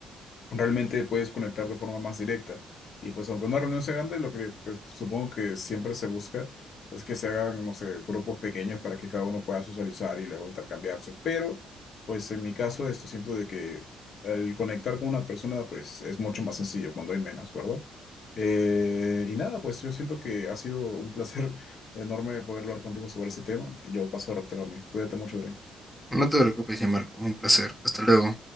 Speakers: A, on the left; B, in the centre.
A: realmente puedes conectar de forma más directa. Y pues aunque una reunión sea grande, lo que pues, supongo que siempre se busca es que se hagan, no sé, grupos pequeños para que cada uno pueda socializar y luego intercambiarse. Pero pues en mi caso, esto siento de que el conectar con una persona pues es mucho más sencillo cuando hay menos, ¿verdad? Eh, y nada, pues yo siento que ha sido un placer <laughs> enorme poder hablar contigo sobre ese tema. y Yo paso a retirarme. Cuídate mucho, Adrián.
B: No te preocupes, ya Marco. Un placer. Hasta luego.